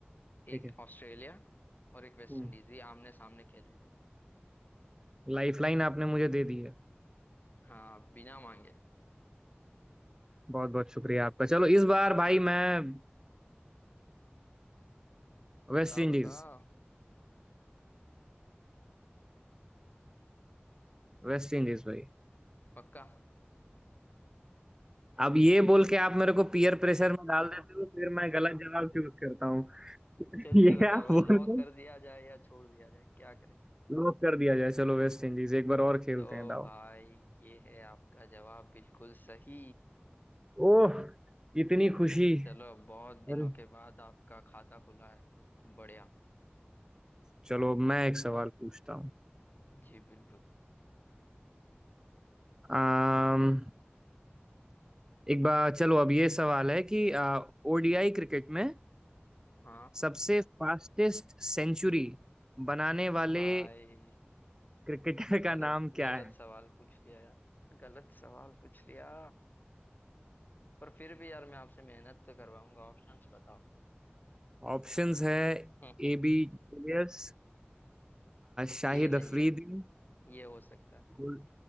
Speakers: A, on the right; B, on the left.
A: ठीक
B: एक
A: है
B: ऑस्ट्रेलिया और एक वेस्ट
A: हम्म
B: इंडीज ये आमने सामने खेल रही थी
A: लाइफ लाइन आपने मुझे दे दी है
B: हाँ बिना मांगे
A: बहुत बहुत शुक्रिया आपका चलो इस बार भाई मैं
B: बताओ
A: West Indies
B: बताओ
A: वेस्ट इंडीज भाई
B: पक्का
A: अब ये बोल के आप मेरे को पीयर प्रेशर में डाल देते हो फिर मैं गलत जवाब चूज करता हूँ <laughs>
B: जल्दी
A: ये
B: बताओ
A: आप
B: भाई
A: बोल
B: लॉक
A: के
B: कर दिया जाए या छोड़ दिया जाए क्या करें
A: लॉक कर दिया जाए चलो वेस्ट इंडीज एक बार और खेलते
B: तो
A: हैं दाव
B: भाई ये है आपका जवाब बिल्कुल सही
A: ओह इतनी खुशी
B: चलो बहुत दिनों
A: अरे
B: के बाद आपका खाता खुला है बढ़िया
A: चलो मैं एक सवाल पूछता हूँ
B: जी बिल्कुल
A: आम, एक बार चलो अब ये सवाल है कि ओडीआई क्रिकेट में
B: हाँ
A: सबसे फास्टेस्ट सेंचुरी बनाने वाले
B: भाई
A: क्रिकेटर का
B: गलत
A: नाम क्या
B: गलत
A: है
B: सवाल पूछ लिया यार गलत सवाल पूछ लिया पर फिर भी यार मैं आपसे मेहनत तो करवाऊंगा ऑप्शंस बताओ
A: ऑप्शंस है
B: <laughs>
A: A B de Villiers Shahid
B: ये नहीं
A: Afridi
B: है ये हो सकता है
A: कोर-